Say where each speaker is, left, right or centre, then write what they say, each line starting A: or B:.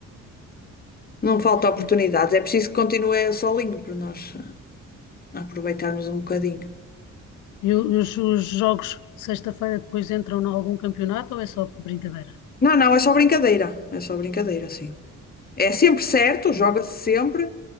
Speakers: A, on the left; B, on the left.
A: Não falta oportunidades,
B: E,
A: é preciso que continue solinho para nós eh, aproveitarmos um bocadinho.
B: e os, os jogos de sexta-feira depois entram em algum campeonato ou é só por brincadeira?
A: Não, não, é só brincadeira, é só brincadeira, sim. É sempre certo, joga-se sempre,